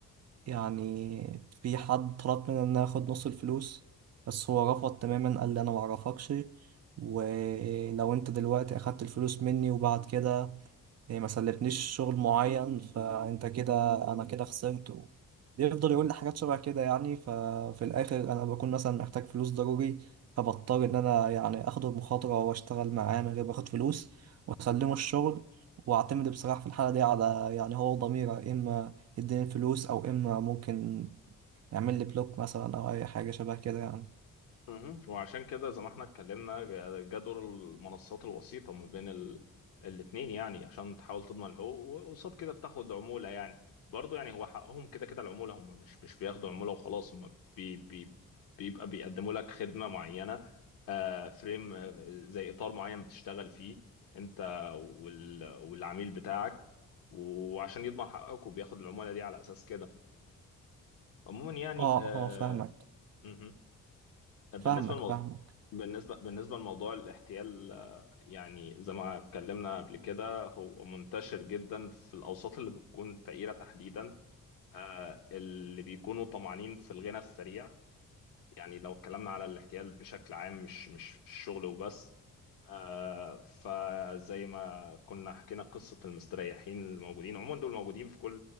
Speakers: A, on the right (about 50°); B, on the left (about 80°).
A: يعني في حد طلب مني ان أنا اخد نص الفلوس بس هو رفض تماما قال لي انا معرفكش ولو انت دلوقتي اخدت الفلوس مني وبعد كده هي ما سلفتنيش شغل معين فانت كده انا كده خسرت و- بيفضل يقول لي حاجات شبه كده يعني ففي الاخر انا بكون مثلا محتاج فلوس ضروري فبضطر ان انا يعني اخد المخاطره واشتغل معاه من غير ما اخد فلوس واسلمه الشغل واعتمد بصراحه في الحاله دي على يعني هو ضميره اما يديني الفلوس او اما ممكن يعمل لي بلوك مثلا او اي حاجه شبه كده يعني
B: مهم. وعشان كده زي ما احنا اتكلمنا جا جا دور المنصات الوسيطة ما بين ال... الاتنين يعني عشان تحاول تضمن الحقوق وقصاد كده بتاخد عمولة يعني برضه يعني هو حقهم كده كده العمولة هم مش مش بياخدوا عمولة وخلاص هم بي... بي... بيبقى بيقدموا لك خدمة معينة آه، فريم آه، زي إطار معين بتشتغل فيه أنت وال... والعميل بتاعك وعشان يضمن حقك وبياخد العمولة دي على أساس كده عموما يعني
A: اه
B: آه...
A: اه فاهمك
B: مهم. طب
A: فاهمك
B: بالنسبة لموضوع
A: فاهمك
B: بالنسبة بالنسبة لموضوع الاحتيال آه، يعني زي ما اتكلمنا قبل كده هو منتشر جدا في الأوساط اللي بتكون فقيرة تحديدا آه، اللي بيكونوا طمعانين في الغنى السريع يعني لو اتكلمنا على الاحتيال بشكل عام مش مش في الشغل وبس آه، فزي ما كنا حكينا قصة المستريحين الموجودين عموما دول موجودين في كل